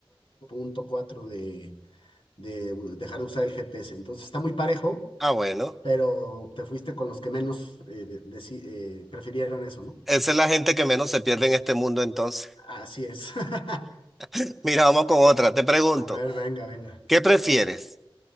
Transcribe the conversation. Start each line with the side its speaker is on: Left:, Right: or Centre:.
Left: 54.4% de u- dejar de usar el GPS. Entonces está muy parejo,
Centre: Ah, bueno,
Left: pero te fuiste con los que menos eh, de- deci- eh, prefirieron eso, ¿no?
Centre: esa es la gente que menos se pierde en este mundo entonces.
Left: Así es. <laughs>
Centre: <laughs> Mira, vamos con otra. Te pregunto,
Left: A ver, venga, venga.
Centre: ¿qué prefieres?